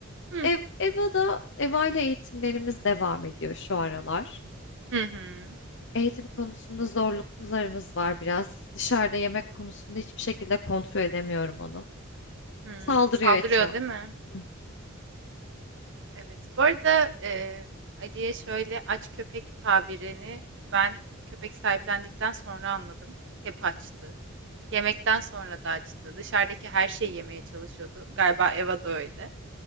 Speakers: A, on the right; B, on the left.
A: Hı
B: ev, EVA'da EVA ile eğitimlerimiz devam ediyor şu aralar.
A: hı. hı.
B: Eğitim konusunda zorluklarımız var biraz. Dışarıda yemek konusunda hiçbir şekilde kontrol edemiyorum onu.
A: Hı,
B: Saldırıyor
A: Saldırıyor
B: etraf.
A: değil mi?
B: Hı
A: Evet. Bu arada, eee, Ali'ye şöyle aç köpek tabirini ben köpek sahiplendikten sonra anladım. Hep açtı. Yemekten sonra da açtı. Dışarıdaki her şeyi yemeye çalışıyordu. Galiba Eva da öyle.